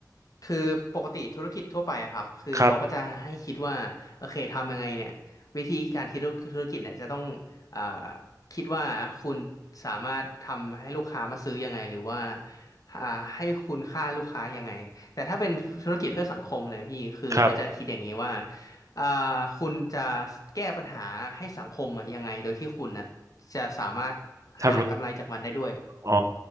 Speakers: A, on the left; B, on the right.
A: คือปกติธุรกิจทั่วไปอะครับคือเขาก็จะให้คิดว่าโอเคทำยังไงเนี่ยวิธีการคิดธุรกิจเนี่ยจะต้อง
B: ครับ
A: อ่าคิดว่าคุณสามารถทำให้ลูกค้ามาซื้อยังไงหรือว่าอ่าให้คุณค่าลูกค้ายังไงแต่ถ้าเป็นธุรกิจเพื่อสังคมเนี่ยพี่คือเขาจะคิดอย่างนี้ว่า
B: ครับ
A: อ่าคุณจะแก้ปัญหาให้สังคมอะยังไงโดยที่คุณนะ จะสามารถ
B: ทำ
A: หากำไรจากมันได้ด้วย
B: อ๋อ